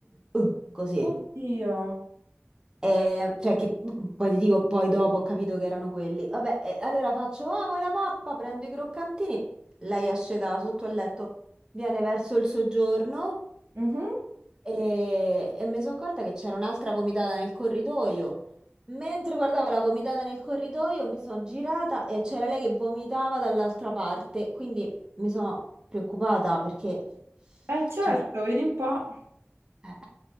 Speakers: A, on the right; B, on the right.
A: uh, uh, così.
B: Oddio.
A: Eh, cioè che p- poi ti dico, poi dopo ho capito che erano quelli. Vabbè, eh, allora faccio, ah, vuoi la pappa? Prendo i croccantini. Lei esce da sotto al letto, viene verso il soggiorno
B: Mhm.
A: e, e mi sono accorta che c'era un'altra vomitata nel corridoio. Mentre guardavo la vomitata nel corridoio, mi sono girata e c'era lei che vomitava dall'altra parte. Quindi mi sono preoccupata perché,
B: Eh, certo,
A: cioè,
B: vedi un po'.
A: eh,